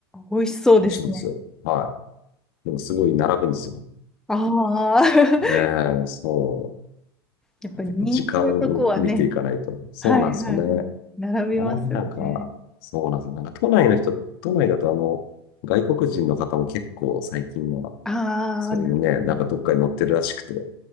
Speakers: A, in the centre; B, on the left.
A: 美味しそうですね。
B: 美味しいんですよ。はい。でもすごい並ぶんですよ。
A: ああ、<laughs>
B: ええ、そ
A: やっぱり人気のとこはね、
B: う。結構時間を見ていかないと。そうなんですよね。
A: はいはいはい。並びますよね。
B: 並びなんか、そうなんですよ。なんか都内の人、都内だとあの、外国人の方も結構最近は、
A: ああ、
B: そういうのね、
A: なるほど。
B: なんかどっかに乗ってるらしくて、